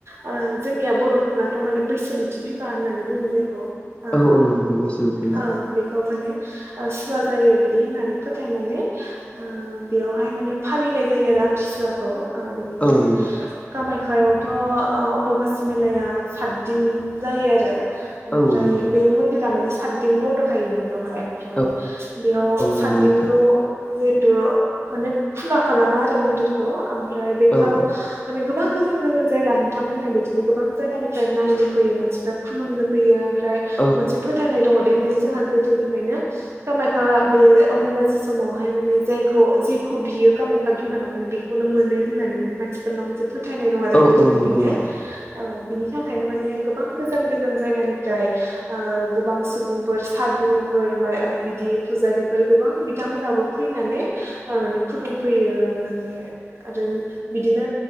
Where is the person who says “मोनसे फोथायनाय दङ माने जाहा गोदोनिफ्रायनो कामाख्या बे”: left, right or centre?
Right